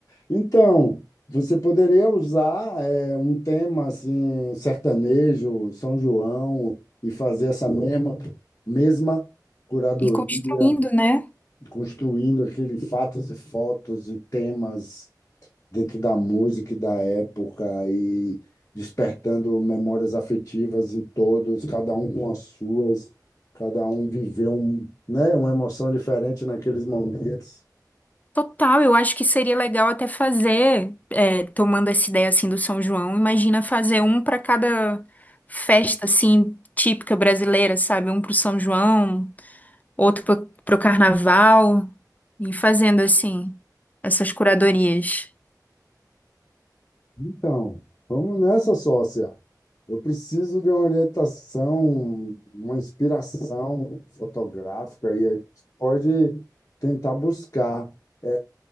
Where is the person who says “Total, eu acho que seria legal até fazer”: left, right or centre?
Left